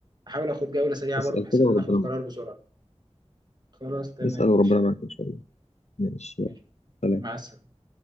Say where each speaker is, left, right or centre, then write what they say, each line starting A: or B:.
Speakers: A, on the right; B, on the left.
A: احاول اخد جوله سريعه
B: اسأل
A: برضو بحيث
B: كده
A: ان
B: وربنا
A: انا اخد قرار
B: معاك
A: بسرعه خلاص تمام
B: اسأل وربنا
A: ماشي
B: معاك إن شاء الله ماشي يلا
A: ماشي
B: سلام
A: مع السلامه